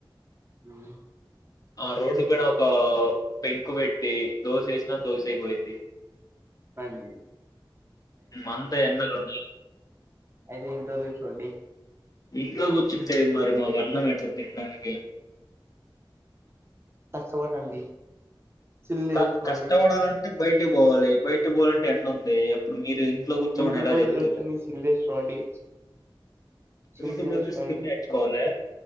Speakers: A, on the right; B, on the left.
A: ఉమ్
B: ఆ రోడ్డు పైన ఒక పెంకు పెట్టి దోశ ఏసినా దోశ అయిపోయిద్ది
A: అంది
B: అంతే ఎండలు ఉన్నాయి
A: అయితే ఇంట్లో కూర్చోండి
B: ఇంట్లో కూర్చుంటే మరి మాకు అన్నం ఎట్లండి తిండానికి
A: కష్టపడండి స్కిల్ నేర్చుకోండి
B: క కష్టపడాలంటే అంటే బయటికి పోవాలి బయట పోవాలంటే ఎండ ఉంది అప్పుడు మీరు ఇంట్లో కూర్చోమని
A: యూట్యూబ్
B: ఎలా
A: లో
B: చెప్తారు
A: చూసి స్కిల్ నేర్చుకోండి స్కిల్
B: యూట్యూబ్
A: నేర్చుకొని
B: లో చూసి స్కిల్ నేర్చుకోవాల్లా